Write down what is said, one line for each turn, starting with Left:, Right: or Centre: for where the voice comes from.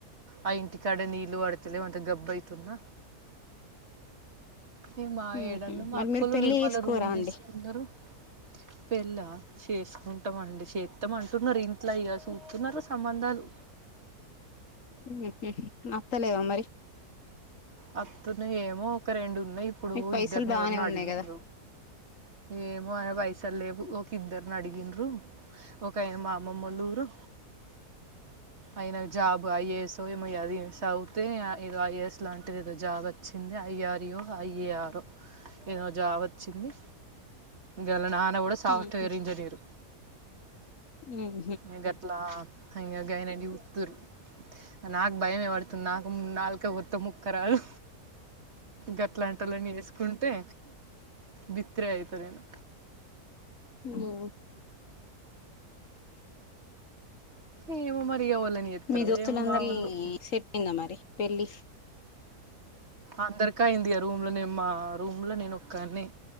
Right: ఆ ఇంటికాడ నీళ్ళు పడు తాలేవు అంత గబ్బైతున్న నే మా
Left: ఉహు
Right: ఏడన్న మా
Left: మరి
Right: అక్కలు
Left: మీరు పెళ్ళి
Right: నిర్మల
Left: చేసుకోరా
Right: రూమ్
Left: అండి
Right: తీసుకున్నారు పెళ్ళా చేసుకుంటామండి చేత్తాం అంటున్నారు ఇం ట్లో ఇగ సుత్తున్నారు సంబంధాలు
Left: మ్మ్ఉహ్మ్ నత్తలేవా మరి
Right: వత్తునయ్ ఏమో ఒక రెండు ఉన్నాయి ఇప్పుడు
Left: మీకు పైసలు
Right: ఇద్దరిని
Left: బానే
Right: ఎవరినో అడిగిండ్రు
Left: ఉన్నాయి కదా
Right: ఏమో అయన వయసలేవు ఒక ఇద్దరుని అడిగిండ్రు ఒక ఏమో అమ్మమ్మోల్ల ఊరు ఆయన జాబ్ ఐఏఎస్ ఏమో ఇగ అది సవుతే ఏదో ఐఏఎస్ లాం అది ఏదో జాగా వచ్చింది అయ్యరియో అయ్య ఆరో ఏదో జాబ్ వచ్చింది గల నాన్న కూడా సాఫ్ట్వేర్
Left: ఉహు
Right: ఇంజనీర్
Left: ఉం
Right: ఇగ గట్లా గైనను చూత్తూరు నాకు భయమే ఏ పడుతుంది నాకు నాలుక కోస్తే ముక్కరాదు గట్లాంటోలని చేసుకుంటే బిత్రే ఐత నేను
Left: ఉ
Right: ఏమో మరి ఇగ ఏవళ్ళని చేతరో
Left: మీ దోస్తులందరి
Right: ఏమో మా వాళ్ళు
Left: సెట్ అయిందా మరి పెళ్లి
Right: అందరికి అయింది ఆ రూమ్ లోనే మా రూమ్లో నేను ఒక్కనే